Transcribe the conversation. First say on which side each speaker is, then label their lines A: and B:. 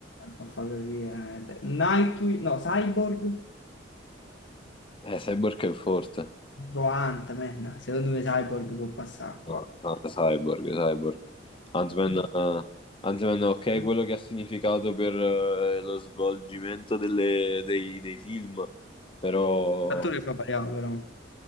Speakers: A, on the left (about 75°); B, on the left (about 30°).
A: A fa così, veramente. Nightwing, no, Cyborg
B: Eh, Cyborg è forte.
A: contro Ant-Man. Secondo me Cyborg può passare qua.
B: No, no, Cyborg, Cyborg. Ant-Man, eh, Ant-Man, ok, quello che ha significato per eh, lo svolgimento delle- dei, dei film, però...
A: L'attore fa pariamo, però.